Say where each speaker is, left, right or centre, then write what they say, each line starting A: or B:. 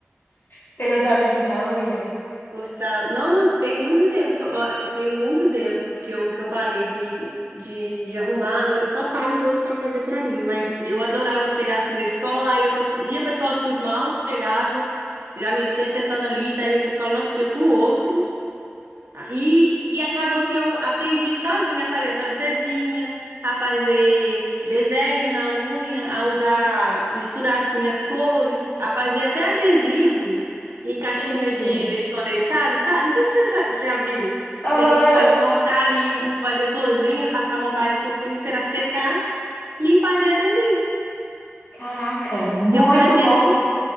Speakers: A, on the left; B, on the right.
A: Você gostava de pintar unha?
B: Gostar. Não, tem muito tempo que eu, ó, tem muito tempo que eu, que eu parei de, de, de arrumar. Agora eu só pago os outros pra fazer pra mim. Mas eu adorava chegar assim da escola, aí eu tô com- ia pra escola com esmalte, chegava, já metia acetona ali, já ia pra escola no outro dia com outro. E, e acabou que eu aprendi sozinha a fazer francesinha, a fazer desenho na unha, a usar, misturar assim as cores, a fazer até adesivo em caixinha
A: Sério?
B: de leite condensado, sabe? Não sei se você sa- você já viu,
A: Aham.
B: que a gente pode montar ali, um- fazer florzinha, passar uma base por cima, esperar secar e fazer adesivo.
A: Caraca, muito
B: Eu fazia
A: bom.